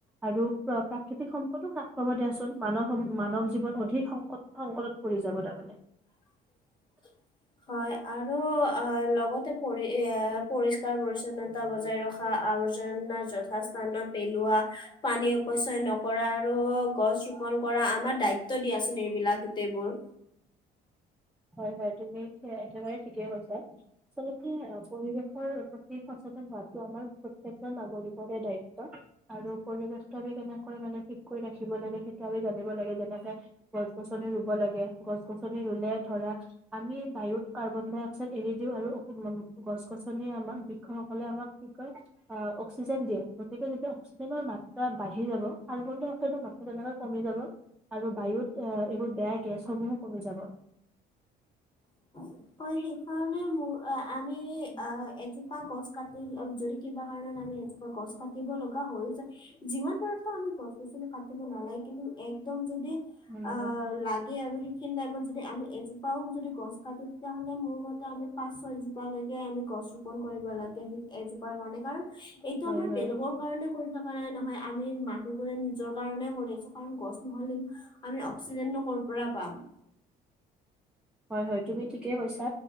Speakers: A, in the centre; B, on the left.
A: আৰু প্ৰাকৃতিক সম্পদো হা- হ'ব দিয়াচোন মানৱ মানৱ জীৱন অধিক সংক সংকটত পৰি যাব তাৰমানে।
B: <unintelligible> হয় আৰু অ লগতে পৰি পৰিষ্কাৰ পৰিচ্ছন্নত। বজাই ৰখা আৰ্জনাৰ যথা স্থানত পেলোৱা। পানী অচয় নকৰা আৰু গছ, ৰোপন কৰা আমাৰ দায়িত্ব দিয়াচোন এইবিলাক গোটেইবোৰ।
A: হয় হয় তুমি একেবাৰে ঠিকেই কছা। আচলতে পৰিৱেশৰ প্ৰতি সচেতন হোৱাাতটো আমাৰ প্ৰত্যেকজন নাগৰিকৰে দায়িত্ব। আৰু পৰিবেশটো আমি কেনেকৈ মানে ঠিক কৰি ৰাখিব লাগে সেইটো আমি জানিব লাগে যেনেকে গছ -গছনি ৰুব লাগে গছ -গছনি ৰুলে ধৰা। আমি বায়ুত কাৰ্বন -ডাই -অক্সাইড এৰি দিওঁ আৰু গছ গছনি আমাৰ বৃক্ষসকলে আমাক কি কয়। অ অক্সিজেন, দিয়ে গতিকে যেতি অক্সিজেনৰ মাত্ৰা বাঢ়ি যাব কাৰ্বন -ডাই -অক্সাইডৰ মাত্ৰা তেনেকে কমি যাব আৰু বায়ুত, এইবোৰ বেয়া গেছসমূহো, কমি যাব।
B: হয় সেই কাৰণে মোৰ আমি
A: যাব।
B: অ এয পা গছ, কাটি যদি কিবা কাৰণত আমি এজোপা গছ, কাটিব লগা হৈ যায়। যিমান পাৰো আমি গছ কাটিব নালাগে কিন্তু একদম যদি
A: নালাগে
B: আহ লাগে আৰু সিনি টাইমত যদি আমি এজোপাও যদি গছ, কাটো। তেতিয়াহ'লে মোৰ মতে আমি পাঁচ ছয়জোপাালৈকে আমি গছ ৰোপন কৰিব লাগে সেই এজোপাৰ কাৰণে কাৰণ। এইটো
A: হয়
B: আমাৰ
A: হয়
B: বেলগৰ কাৰণে কৰি থকা নাই নহয় আমি মানুহবোৰে নিজৰ কাৰণে কৰি আছো কাৰণ গছ, নহ'লে আমি অক্সিজেনো, কৰ'ৰ পৰা পাম।
A: হয় হয় তুমি ঠিকেই কৈছা।